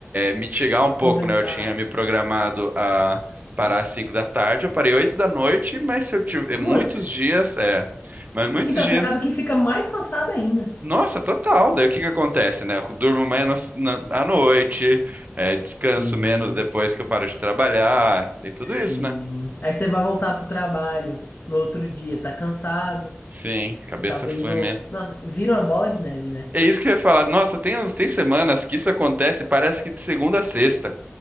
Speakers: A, on the right; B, on the left.
A: mitigar um pouco,
B: Compensar.
A: né? Eu tinha me programado a parar às 5 da tarde, eu parei 8 da noite, mas se eu tiver
B: Putz.
A: muitos dias, é, mas muitos
B: Então,
A: dias
B: você acaba que fica mais cansado ainda.
A: Nossa, total. Daí o que que acontece, né? Eu durmo menos na- à noite, é, descanso
B: Sim,
A: menos depois que eu paro de trabalhar, tem tudo
B: sim.
A: isso, né?
B: Aí você vai voltar pro trabalho no outro dia, tá cansado.
A: Sim, cabeça
B: E talvez
A: flui
B: não.
A: menos.
B: Nossa, vira uma bola de neve, né?
A: É isso que eu ia falar. Nossa, tem, uns- tem semanas que isso acontece, parece que de segunda a sexta.